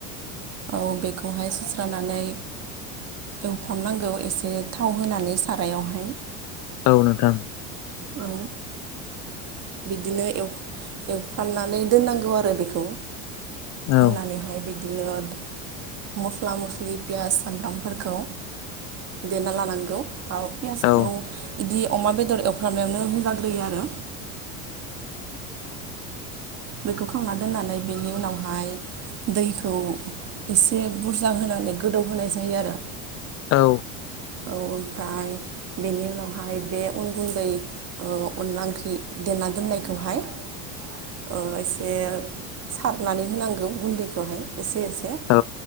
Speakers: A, on the right; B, on the left.
A: औ बेखौहाय सुस्रानानै एवफ्रामनांगौ एसे थाव होनानै सारायावहाय
B: औ नोंथां।
A: औ। बिदिनो एवफ्रामनानै दोननांगौ आरो बेखौ दनानैहाय
B: औ
A: बिदिनो मस मस्ला मस्लि पियास सामब्रामफोरखौ देरना लानांगौ। पियासखौ
B: औ
A: बिदि अमा बेदर एवफ्रामनायावनो होजाग्रोयो आरो। बेखौ खांना दोननानै बेनि उनावहाय दैखौ एसे बुरजा होनानै माने गोदौ होनोनाय जायो आरो।
B: औ।
A: औ ओमफ्राय बेनि उनावहाय बे उन गुन्दै अनला ओंख्रि देना दोननायखौहाय <inaudible> एसे सारनानै होनांगौ गुन्दैखौहाय एसे एसे
B: औ